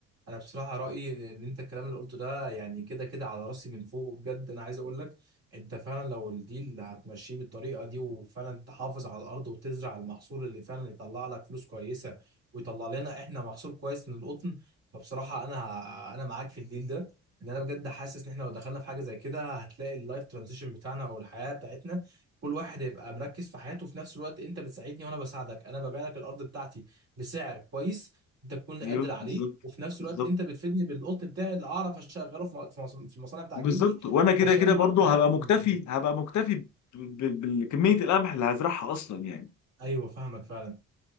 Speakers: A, on the right; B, on the left.
A: انا بصراحه رايي ان انت الكلام اللي قلته ده يعني كده كده على راسي من فوق بجد انا عايز اقول لك انت فعلا لو الديل هتمشيه بالطريقه دي وفعلا تحافظ على الارض وتزرع المحصول اللي فعلا يطلع لك فلوس كويسه ويطلع لنا احنا محصول كويس من القطن فبصراحه انا انا معاك في الديل ده ان انا بجد حاسس ان احنا لو دخلنا في حاجه زي كده هتلاقي اللايف ترانزيشن بتاعنا او الحياه بتاعتنا كل واحد هيبقى مركز في حياته في نفس الوقت انت بتساعدني وانا بساعدك انا ببيع لك الارض بتاعتي بسعر كويس انت تكون
B: ايوه
A: قادر عليه
B: بالظبط
A: وفي نفس
B: بالظبط
A: الوقت انت بتفيدني بالقطن بتاعي اللي اعرف اشغله في م- في مص- في المصانع بتاع
B: بالظبط
A: جدي
B: وانا كده
A: عشان
B: كده برضو
A: اعرف اشتغل
B: هبقى مكتفي
A: احنا الاتنين.
B: هبقى مكتفي ب- ب- بكمية القمح اللي هزرعها اصلا يعني
A: ايوه فاهمك فعلا